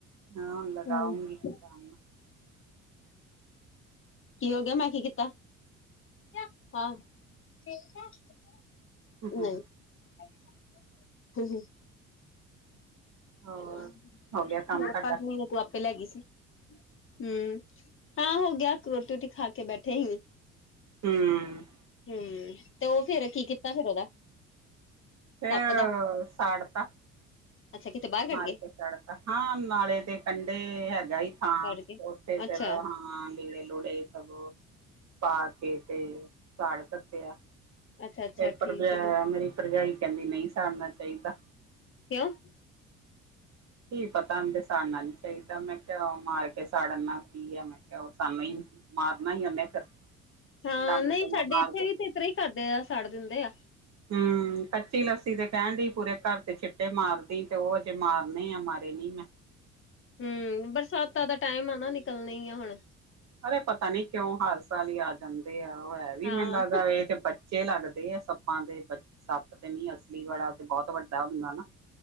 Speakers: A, on the right (about 40°); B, on the left (about 30°).
A: ਹੁਣ ਲਗਾਉਂਗੀ
B: ਹੂੰ <inaudible>
A: ਸ਼ਾਮ
B: ਕੀ ਹੋ ਗਿਆ? ਮੈਂ ਕੀ ਕੀਤਾ? ਕਯਾ? ਹਾਂ, ਖੇਲਨਾ ਹੈ ਆਪਕੋ?
A: ਨੂੰ
B: ਨਹੀਂ! <inaudible> ਹੂੰ-ਹੂੰ।
A: ਹੋਰ
B: ਹੂੰ,
A: ਹੋ ਗਿਆ ਕੰਮ ਤੁਹਾਡਾ
B: ਪੰਜਵੇ ਮਹੀਨੇ ਤੂ ਆਪੇ ਲੈ ਗਈ ਸੀ। ਹੂੰ ਹਾਂ ਹੋ ਗਿਆ, ਰੋਟੀ-ਰੁਟੀ ਖਾ ਕੇ ਬੈਠੇ ਸੀ।
A: ਹੂੰ
B: ਹੂੰ, ਤੇ ਉਹ ਫੇਰ, ਕੀ ਕੀਤਾ ਫੇਰ ਉਹਦਾ?
A: ਫੇਰ
B: ਸੱਪ ਦਾ
A: ਸਾੜ ਤਾ।
B: ਅੱਛਾ ਕਿਤੇ ਬਾਹਰ ਕੱਢ
A: ਮਾਰ
B: ਗਏ
A: ਕੇ ਸਾੜ ਤਾ, ਹਾਂ ਨਾਲੇ ਦੇ ਕੰਢੇ ਹੈਗਾ ਈ ਥਾਂ,
B: ਕੱਢ ਕੇ
A: ਉੱਥੇ
B: ਅੱਛਾ
A: ਫਿਰ ਹਾਂ, ਲੀੜੇ-ਲੂੜੇ ਸਭ ਪਾ ਕੇ ਤੇ ਸਾੜ ਦਿਤੇਆ।
B: ਅੱਛਾ ਅੱਛਾ
A: ਤੇ ਭਰਜਾ
B: ਠੀਕ ਤੇ
A: ਮੇਰੀ ਭਰਜਾਈ ਕਹਿੰਦੀ ਨਹੀਂ ਸਾੜਨਾ ਚਾਹੀਦਾ।
B: ਕਿਉਂ?
A: ਕੀ ਪਤਾ ਹੁੰਦੇ ਸਾੜਨਾ ਨੀ ਚਾਹੀਦਾ ਮੈਂ ਕਿਹਾ ਮਾਰ ਕੇ ਸਾੜਨਨਾ ਕੀ ਆ ਮੈਂ ਕਿਹਾ ਉਹ ਸਾਨੂੰ ਹੀ ਮਾਰਨਾ ਹੀ ਨੇ ਫਿਰ,
B: ਹਾਂ
A: ਡੰਗ-ਡੂੰਗ
B: ਨਹੀਂ ਸਾਡੇ
A: ਮਾਰ
B: ਇੱਥੇ
A: ਗ
B: ਵੀ ਤੇ ਇਸ ਤਰ੍ਹਾਂ ਹੀ ਕਰਦੇ ਆ ਸਾੜ ਦਿੰਦੇ ਆ
A: ਹੂੰ, ਕੱਚੀ ਲੱਸੀ ਤੇ ਕਹਿਡੀ ਪੂਰੇ ਘਰ ਤੇ ਛਿੱਟੇ ਮਾਰਦੀ ਤੇ ਉ ਹਜੇ ਮਾਰ ਨਹੀ ਆ ਮਾਰੇ ਨੀ ਮੈਂ।
B: ਹੂੰ, ਬਰਸਾਤਾਂ ਦਾ ਟਾਈਮ ਆ ਨਾ ਨਿਕਲਨੇ ਹੀ ਆ ਹੁਣ।
A: ਅਰੇ ਪਤਾ ਨੀ ਕਿਉਂ ਹਰ ਸਾਲ ਹੀ ਆ ਜਾਂਦੇ ਆ, ਉਹ ਹੈ ਵੀ
B: ਹਾਂ
A: ਮੈਨੂੰ ਲੱਗਦਾ ਏ ਬ ਬਚੇ ਲੱਗਦੇ ਆ ਸੱਪਾਂ ਦੇ ਬ ਸੱਪ ਤੇ ਨੀ ਅਸਲੀ ਵਾਲਾ ਤੇ ਬਹੁਤ ਵੱਡਾ ਹੁੰਦਾ ਨਾ।